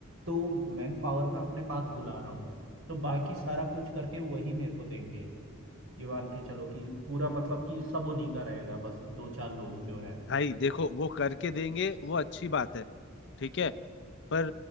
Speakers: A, on the right (about 70°); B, on the left (about 60°).
A: तो मैन पावर मैं अपने पास बुला रहा हूँ तो बाकी सारा कुछ करके वही मेरे को देंगे ये मान के चलो कि पूरा मतलब कि सब उन्हीं का रहेगा बस दो चार लोग जो हैं
B: भाई देखो वो करके देंगे वो अच्छी बात है ठीक है पर